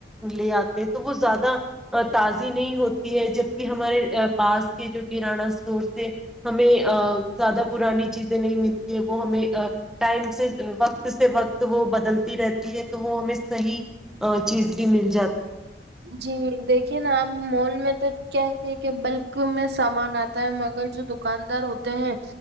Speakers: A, in the centre; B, on the right.
A: لے آتے تو وہ زیادہ تازی نہیں ہوتی ہے جبک ہمارے پاس کے جو کرانہ اسٹور سے ہمیں زیادہ پرانی چیزیں نہیں ملتی وہ ہمیں ٹائم سے وقت سے وقت وہ بدلتی رہتی ہے تو وہ ہمیں صحیح چیز بھی ملتی
B: جی دیکھیے نا آپ مال میں کیاتے کہ بلک میں سامان آتا ہے مگر جو دکاندار ہوتے ہیں